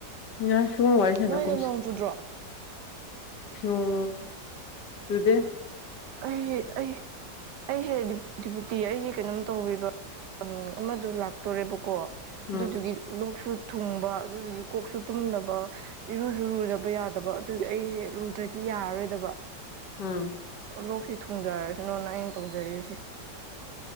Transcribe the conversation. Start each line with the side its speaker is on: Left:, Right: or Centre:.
Left: ꯑ ꯁꯨ ꯑꯣꯏꯔꯁ ꯅ
Right: ꯅꯣꯏꯗ
Left: ꯀꯁꯤ
Right: ꯅꯣꯡ ꯆꯨꯗ꯭ꯔꯣ
Left: ꯑꯣ ꯑꯗꯨꯨꯗꯦ
Right: ꯑꯩ ꯑꯩ ꯑꯩꯁꯦꯗꯤ ꯨꯇꯤ ꯑꯩꯁꯦ ꯀꯩꯅꯣꯝ ꯇꯧꯕꯤꯦꯕ ꯑꯃꯗ ꯂꯥꯛꯇꯣꯔꯦꯕꯀꯣ
Left: ꯎꯝ
Right: ꯑꯗꯨꯗꯨꯒꯤ ꯂꯣꯛꯁꯨ ꯊꯨꯡꯕ ꯑꯗꯨꯗꯨꯒꯤ ꯀꯣꯛꯁꯨ ꯇꯨꯝꯗꯕ ꯏꯔꯨꯁꯨ ꯂꯨꯗꯕ ꯌꯥꯗꯕ ꯑꯗꯨ ꯑꯩꯁꯦ ꯂꯨꯗ꯭ꯔꯗꯤ ꯌꯥꯔꯔꯣꯏꯗꯕ
Left: ꯎꯝ
Right: ꯂꯣꯛꯁꯤ ꯊꯨꯡꯖꯔꯁꯅꯨꯅ ꯑꯩꯅ ꯇꯧꯖꯔꯤꯕꯁꯦ